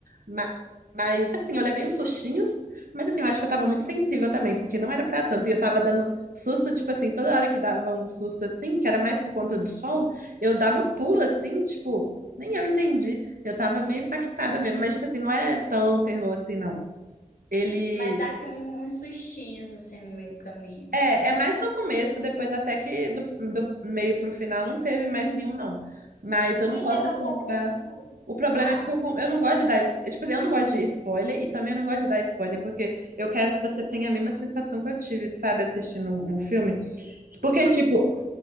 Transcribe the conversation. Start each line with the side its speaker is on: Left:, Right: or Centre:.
Right: Mas, mas assim, eu levei uns sustinhos. Mas assim, eu acho que eu tava muito sensível também, porque não era pra tanto. E eu tava dando. Susto, tipo assim, toda hora que dava um susto assim, que era mais por conta do sol, eu dava um pulo assim, tipo, nem eu entendi. Eu tava meio impactada mesmo, mas tipo assim, não é tão terror assim, não. Ele
Left: Mas dá aqui um- uns sustinhos, assim, no meio do caminho.
Right: é, é mais no começo, depois até que do, do meio pro final não teve
Left: Uhum.
Right: mais nenhum, não. Mas eu
Left: O
Right: não
Left: enredo
Right: posso
Left: é um
Right: contar.
Left: pouco...
Right: O problema
Left: Ah,
Right: é que se eu, con- eu não gosto de dar, es- tipo, assim, eu não gosto de spoiler e também eu não gosto de dar spoiler, porque eu quero que você tenha a mesma sensação que eu tive, sabe, assistindo o filme. Porque, tipo,